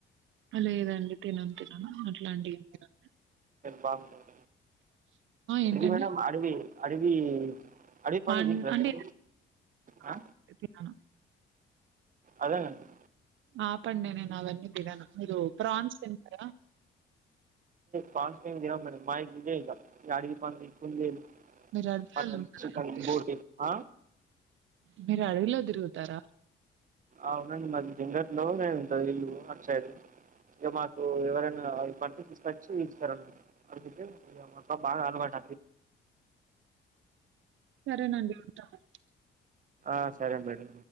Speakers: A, on the right; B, on the right.
A: లేదండి తినం తినం అట్లాంటివి ఏం తినం మేము
B: బాగుంటాది
A: ఏంటండి?
B: ఇది మేడం అడివి అడవి అడివిపంది
A: అన్
B: తింటారా
A: అంటే
B: మీరు ఆ
A: ఆపండి తినను.
B: అదేనండి
A: ఆ పందే నేను అవన్న దినను మీరు ప్రాన్స్ తింటారా
B: ఫాన్స్ ఏం తినం ఇగ మావి ఇవే అడవి పంది, కుందేలు
A: మీరు అడవులలో
B: మటన్
A: ఉంటారా
B: చికన్
A: అండి?
B: బోటి ఆ
A: మీరు అడవిలో తీరుగుతారా
B: అవునండి మాది జింగట్లో నే ఉంటది ఇల్లు అటు సైడు ఇక మాకు ఎవరైనా పటిస్త ఇస్తారండి అందుకే ఇగ మొత్తం బాగా అలవాటు
A: సరేనండి ఉంటాను
B: ఆ సరే మేడం